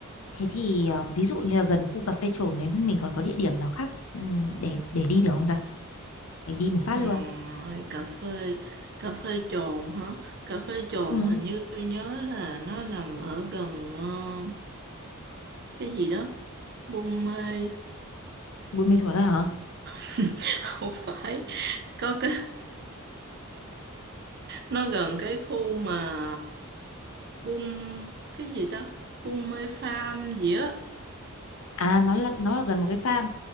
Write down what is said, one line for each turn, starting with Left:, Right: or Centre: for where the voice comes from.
Left: thế thì ờ, ví dụ như là gần khu cà phê Trồn đấy mình còn có địa điểm nào khác ừ, để để đi được không ta? Mình đi một phát
Right: ngoài
Left: luôn.
Right: cà phê cà phê Trồn hả cà phê Trồn
Left: Ừ.
Right: hình như tôi nhớ là nó nằm ở gần ờ, cái gì đó Buôn Mê
Left: Buôn Mê Thuột đấy hả?
Right: <laughs> không phải có cái nó gần cái khu mà Buôn cái gì ta Buôn Mê Farm gì á
Left: À nó là nó là gần một cái farm